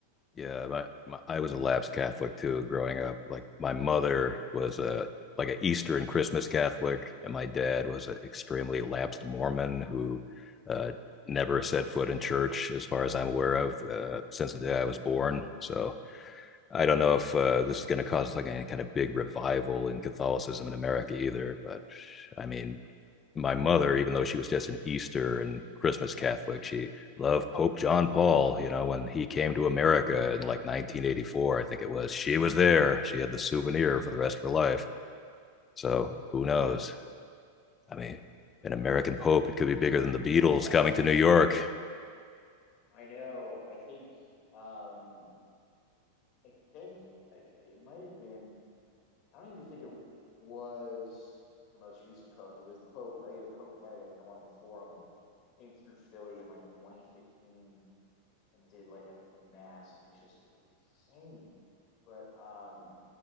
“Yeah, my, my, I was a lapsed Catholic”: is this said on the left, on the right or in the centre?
Left